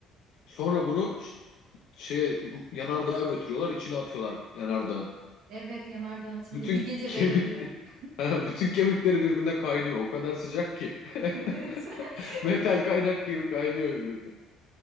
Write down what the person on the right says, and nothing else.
Evet yanardağın içinde
bir gece
bekliyor.
<laughs>
Evet. <laughs>
Bir de